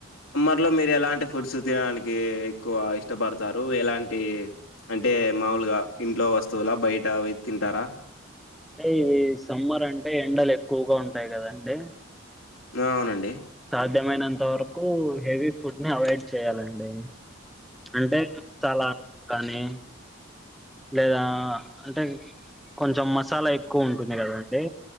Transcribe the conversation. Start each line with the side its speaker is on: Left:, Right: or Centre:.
Left: ఇంట్లో మీరు ఎలాంటి ఫుడ్స్ తినడానికి ఎక్కువ ఇష్టపడతారు ఎలాంటి అంటే మాములుగా ఇంట్లో వస్తువుల బయట అవి తింటారా
Centre: అంటే ఇవి సమ్మర్ అంటే ఎండలు ఎక్కువగా ఉంటాయి కదాండి
Left: నవునండి
Centre: విధమైనంత వరకు హెవీ ఫుడ్నే అవాయ్డ్ చేయాలండి. అంటే చాలా కానీ లేదా అంటే కొంచెం మసాలా ఎక్కువ ఉంటుంది కదండి